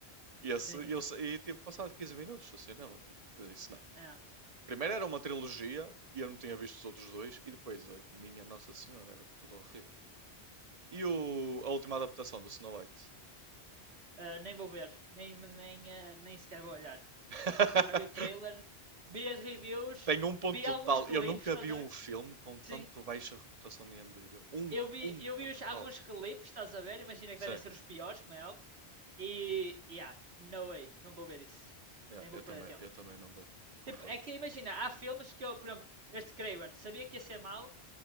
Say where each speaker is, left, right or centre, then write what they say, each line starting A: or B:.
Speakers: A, on the right (about 40°); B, on the right (about 70°).
A: E, esse,
B: Sim.
A: e, eu, sa- e tipo, passado 15 minutos do cinema, tipo, eu disse, não,
B: Ah,
A: Primeiro era uma trilogia e eu não tinha visto os outros dois, e depois a minha Nossa Senhora, era tudo horrível. E o- a última adaptação do Snow White?
B: ah, nem vou ver, nem, nem, ah, nem sequer vou olhar.
A: <laughs>
B: Já vi o trailer, vi as reviews,
A: Tem um ponto
B: vi alguns
A: total.
B: clipes,
A: Eu nunca
B: estás
A: vi
B: a
A: um
B: ver?
A: filme com tanto
B: Sim.
A: baixa reputação no IMDb. Um,
B: Eu vi,
A: um
B: eu vi
A: ponto
B: os- alguns
A: total.
B: clipes, estás a ver? Imagina
A: Sim,
B: que devem ser os piores, como é óbvio. E, e yeah, no way, não vou ver isso.
A: yeah,
B: Nem vou
A: eu
B: perder
A: também,
B: tempo.
A: eu também não vou. Concordo.
B: Tipo, é que imagina, há filmes que eu, por exemplo, este Craven, sabia que ia ser mau,